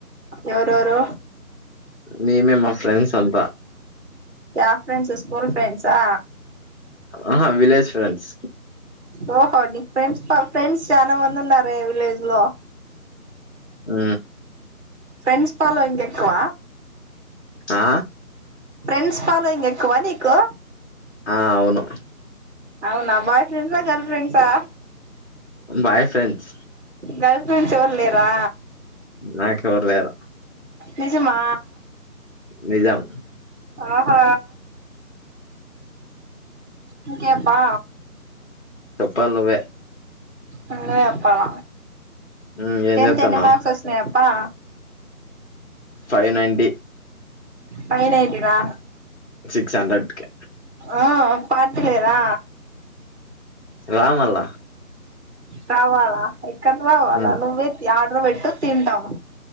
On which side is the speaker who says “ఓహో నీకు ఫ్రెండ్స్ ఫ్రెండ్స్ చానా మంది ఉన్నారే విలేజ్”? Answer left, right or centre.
Right